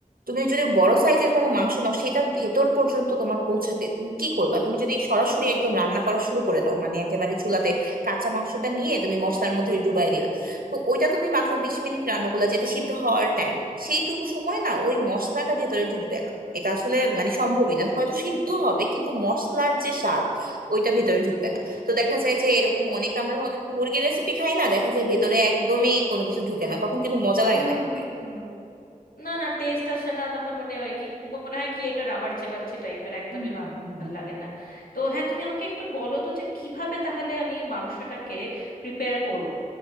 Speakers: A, on the right; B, on the left.
A: তুমি যদি বড় সাইজের কোনো মাংস নাও সেটার ভেতর পর্যন্ত তোমার পৌঁছাতে তুমি কি করবা তুমি যদি সরাসরি একদম রান্না করা শুরু করে দাও মানে একেবারে চুলাতে কাঁচা মাংসটা নিয়ে তুমি মশলার মধ্যে ডুবাই দিলা তো ওইটা তুমি মাত্র বিশ মিনিট রান্না করলা যেটা সিদ্ধ হওয়ার টাইম সেইটুকু সময় না ওই মশলাটা ভেতরে ঢুকবে না এটা আসলে মানে সম্ভবই না হয়তো সিদ্ধ হবে কিন্তু মশলার যে স্বাদ ওইটা ভেতরে ঢুকবে না তো
B: হুম
A: দেখা যায় যে এরকম অনেক আমরা অনেক মুরগির রেসিপি খাই না দেখা যায় ভেতরে একদমই কোনো কিছু ঢুকে না তখন কিন্তু মজা লাগে
B: হুম
A: না খেতে
B: হুম হুম না না টেস্ট আসে না তখন মানে ওই কি মনে হয় কি এটা রাবার চেবাচ্ছে টাইপের একদমই
A: হুম
B: ভা-
A: হুম
B: ভাল লাগে না তো হ্যাঁ তুমি আমাকে একটু বলো তো যে কিভাবে তাহলে আমি মাংসটাকে প্রিপেয়ার করব